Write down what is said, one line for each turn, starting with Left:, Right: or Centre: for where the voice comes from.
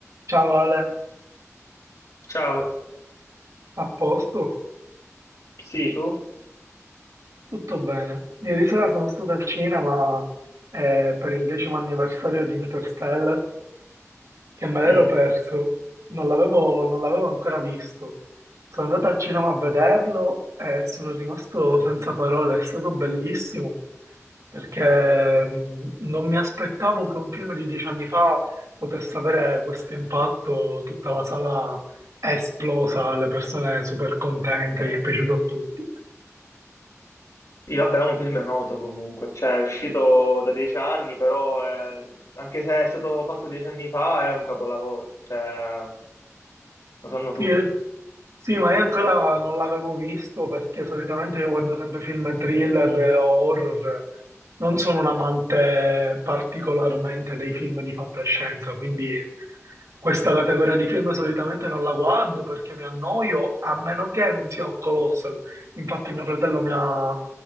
Right: Ciao Ale,
Left: Ciao,
Right: a posto?
Left: sì, tu?
Right: Tutto bene. Ieri sera sono stato al cinema eh, per il decimo anniversario di Interstellar che me l'ero
Left: Mm.
Right: perso, non l'avevo non l'avevo ancora visto. Sono andato al cinema a vederlo e sono rimasto senza parole, è stato bellissimo perché mh, non mi aspettavo che un film di dieci anni fa potesse avere questo impatto, tutta la sala è esplosa, le persone super contente, gli è piaciuto a tutti.
Left: Sì, vabbè, è un film noto comunque, cioè è uscito da dieci anni, però è- anche se è stato fatto dieci anni fa è un capolavoro, cioè lo sanno
Right: Sì,
Left: tutti.
Right: sì, ma io ancora non l'avevo visto perché solitamente io guardo sempre film thriller e horror. Non sono un amante particolarmente dei film di fantascienza, quindi questa categoria di film solitamente non la guardo perché mi annoio, a meno che non sia un colossal. Infatti mio fratello mi ha,